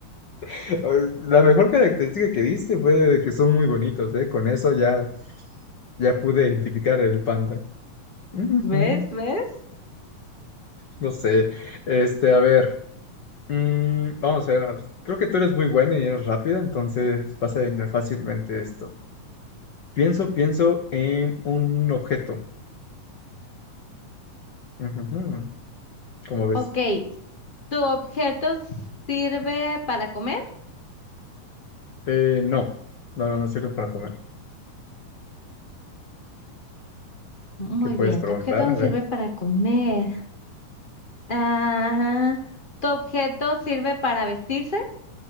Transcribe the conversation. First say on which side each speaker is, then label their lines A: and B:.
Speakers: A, on the left (about 75°); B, on the left (about 55°).
A: <laughs> La mejor característica que diste fue que son muy bonitos, ¿eh? Con eso ya, ya pude identificar el panda. Ujú.
B: <laughs> ¿Ves? ¿Ves?
A: No sé. Este, a ver. mm, vamos a ver. Creo que tú eres muy bueno y eres rápido, entonces vas a adivinar fácilmente esto. Pienso, pienso en un objeto. Ujujú, ¿Cómo ves?
B: Ok, ¿Tu objeto sirve para comer?
A: Eh, no. No, no, no sirve para comer.
B: Muy
A: ¿Qué puedes
B: bien,
A: preguntar?
B: tu objeto no
A: A ver.
B: sirve para comer. Ajá. ¿Tu objeto sirve para vestirse?